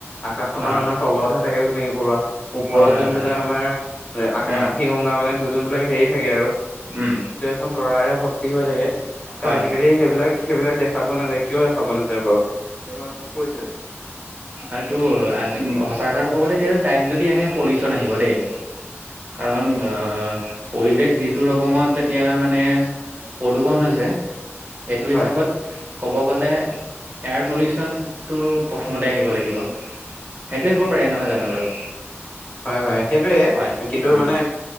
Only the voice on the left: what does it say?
আকাশখনৰ
আমাৰ তলতহে থাকে জোনাকী পৰুৱা, ওপৰত
যোনবিলাক
আমাৰ আকাশী
গংগা মানে যোনবিলাক হেৰি থাকে আৰু
খন তৰা ভৰ্তি হৈ থাকে, ত'
আজিকালি সেইবিলাক সেইবিলাক দেখা পোৱা নাযায়, কিয় দেখা পোৱা নাযায় বাৰু? এইবাৰ অনুভৱ কৰিছে
উম
হয়
'হয়'-'হয়' সেইটয়ে
কিন্তু
মানে,